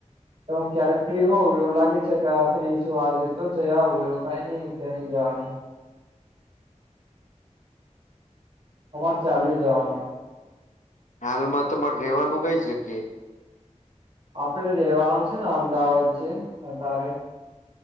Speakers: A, on the right; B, on the left.
A: તો હું ક્યારેક ફ્રી હોઉ એવું લાગે છે કે આ ફ્રી છું આજે તો જઈ આવું એ કાઈ નઈ કે નહી જવાનું તમારે ચાલી જવાનું
B: હાલમાં તમારે રેવાનું કઈ જગ્યાએ
A: આપડે રેવાનું છે ને અમદાવાદ છે અત્યારે